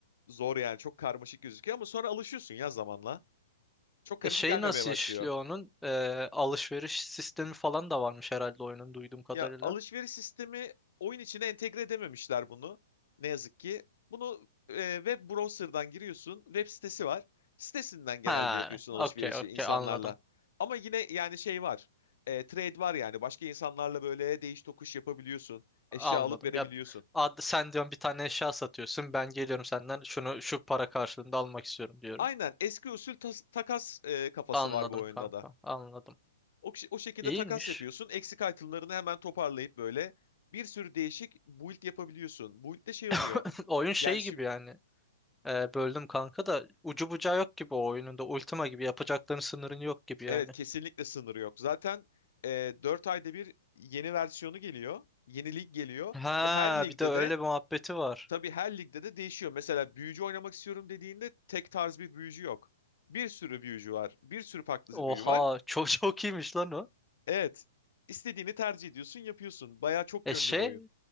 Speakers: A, on the left; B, in the centre.
A: zor yani. Çok karmaşık gözüküyor ama sonra alışıyorsun ya zamanla. Çok karışık
B: E şey
A: gelmemeye
B: nasıl
A: başlıyor.
B: işliyor onun? E, alışveriş sistemi falan da varmış herhalde oyunun duyduğum kadarıyla.
A: Ya alışveriş sistemi oyun içine entegre edememişler bunu. Ne yazık ki. Bunu e, web browser'dan giriyorsun. Web sitesi var. Sitesinden genelde
B: Ha,
A: yapıyorsun alışverişi
B: okey okey
A: insanlarla.
B: anladım.
A: Ama yine yani şey var. E, trade var yani. Başka insanlarla böyle değiş tokuş yapabiliyorsun.
B: Anladım.
A: Eşya alıp verebiliyorsun.
B: Ya ad, sen diyorum bir tane eşya satıyorsun. Ben geliyorum senden şunu şu para karşılığında almak istiyorum diyorum.
A: Aynen eski usul tas- takas e, kafası
B: Anladım
A: var bu oyunda
B: kanka.
A: da.
B: Anladım.
A: O, kişi- o şekilde
B: İyiymiş.
A: takas yapıyorsun. Eksik itemlarını hemen toparlayıp böyle bir sürü değişik build yapabiliyorsun. Build'de şey oluyor.
B: <laughs> Oyun şey
A: Yani şimdi
B: gibi yani. Ee, böldüm kanka da ucu bucağı yok gibi o oyunun da Ultima gibi yapacakların sınırın yok gibi yani.
A: Evet kesinlikle sınırı yok. Zaten e, 4 ayda bir yeni versiyonu geliyor. Yeni lig geliyor
B: Ha
A: ve her ligde
B: bir de öyle
A: de
B: bir muhabbeti var.
A: tabii her ligde de değişiyor. Mesela büyücü oynamak istiyorum dediğinde tek tarz bir büyücü yok. Bir sürü büyücü var. Bir sürü farklı
B: Oha
A: büyü var.
B: <laughs> çok çok iyiymiş lan o.
A: Evet. istediğini tercih ediyorsun, yapıyorsun. Bayağı çok
B: E
A: yönlü
B: şey
A: bir oyun.